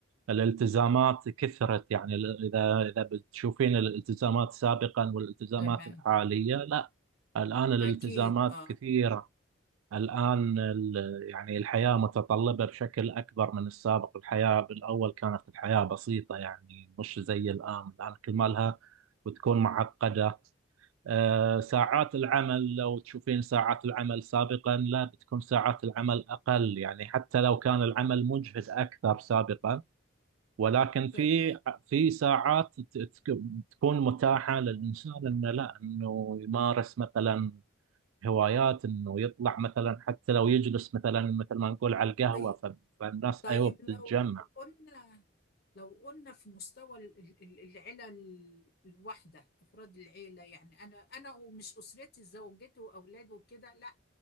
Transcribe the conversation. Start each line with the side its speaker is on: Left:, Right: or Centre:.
Right: الالتزامات كثرت يعني ال- إذا إذا بتشوفين الالتزامات سابقا والالتزامات
Left: تمام
Right: الحالية لا الآن الالتزامات
Left: اكيد اه
Right: كثيرة الآن ال- يعني الحياة متطلبة بشكل أكبر من السابق الحياة بالأول كانت الحياة بسيطة يعني مش زي الآن الآن كل ما لها وتكون معقدة آه، ساعات العمل لو تشوفين ساعات العمل سابقا لا بتكون ساعات العمل أقل يعني حتى لو كان العمل مجهد أكثر سابقا ولكن
Left: تمام
Right: في في ساعات ت- تك- تكون متاحة للإنسان إنه لا إنه يمارس مثلا هوايات إنه يطلع مثلا حتى لو يجلس مثلا مثل ما نقول على القهوة
Left: طيب
Right: ف- فالناس
Left: طيب
Right: أيوه بتتجمع
Left: لو قلنا لو قلنا في مستوى ال- ال- ال- العيلة ال- الواحدة أفراد العيلة يعني أنا أنا ومش أسرتي زوجتي وأولادي وكده لأ